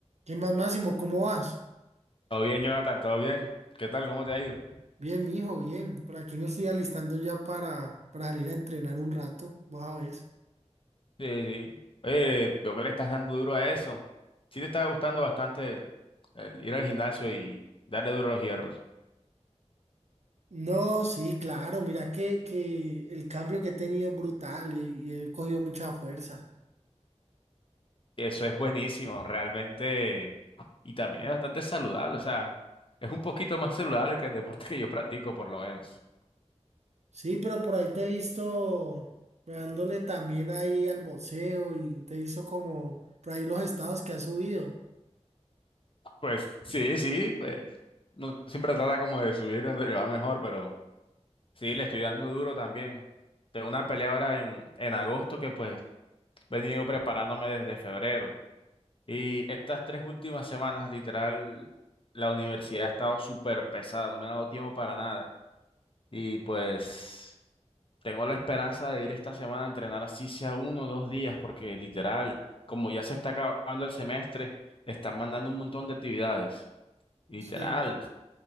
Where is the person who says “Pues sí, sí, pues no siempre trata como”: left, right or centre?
Left